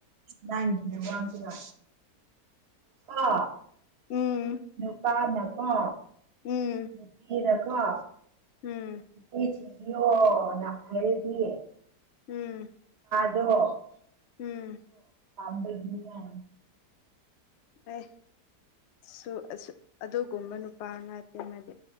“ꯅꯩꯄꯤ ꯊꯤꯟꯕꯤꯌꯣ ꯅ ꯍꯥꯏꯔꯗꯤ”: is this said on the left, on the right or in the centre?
Right